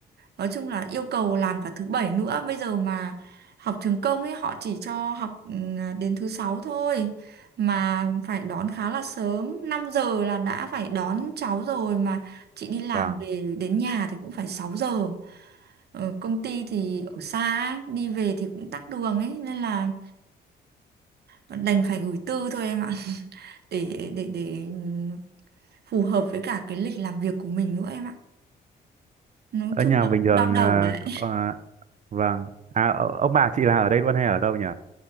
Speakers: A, on the right; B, on the right.
A: nói chung là yêu cầu làm cả thứ bảy nữa. Bây giờ mà học trường công ấy họ chỉ cho học ừ, à, đến thứ sáu thôi mà phải đón khá là sớm, 5 giờ là đã phải đón cháu rồi mà chị đi làm
B: vâng
A: về đến nhà thì cũng phải 6 giờ. Ờ, công ty thì ở xa ấy, đi về thì cũng tắc đường ấy nên là đành phải gửi tư thôi em ạ <laughs> để để để ừ, phù hợp với cả cái lịch làm việc của mình nữa em ạ nói
B: ở
A: chung
B: nhà
A: là
B: bình
A: cũng
B: thường
A: đau đầu
B: ờ,
A: đấy
B: ờ, Vâng. À, ờ, ông bà chị là ở đây luôn hay ở đâu nhỉ?